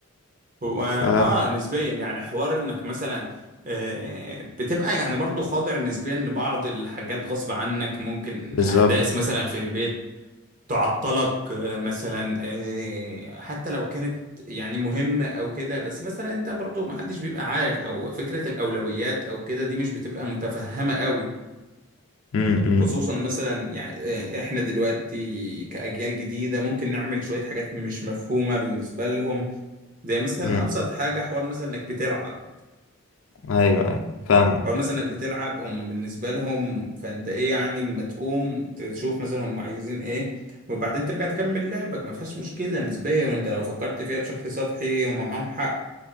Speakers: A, on the right; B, on the left.
A: هو
B: ف
A: اه نسبيا يعني حوار انك مثلا آه، بتبقى يعني برضو خاضع نسبيا لبعض الحاجات غصب عنك ممكن
B: بالظبط
A: احداث مثلا في البيت تعطلك آه، مثلا آه، حتى لو كانت يعني مهمة او كده بس مثلا انت برضو محدش بيبقى عارف او فكرة الاولويات او كده دي مش بتبقى متفهمة قوي
B: م-
A: خصوصا
B: م-
A: مثلا يعني آه، احنا دلوقتي كأجيال جديدة ممكن نعمل شوية حاجات مش مفهومة بالنسبة لهم زي مثلا
B: م.
A: أبسط حاجة حوار مثلا إنك بتلعب
B: ايوه ايوه فاهمك
A: حوار مثلا إنك بتلعب هم بالنسبة لهم فأنت إيه يعني أما تقوم تشوف مثلا هم عايزين إيه وبعدين ترجع تكمل لعبك ما فيهاش مشكلة نسبيا وأنت لو فكرت فيها بشكل سطحي هم معاهم حق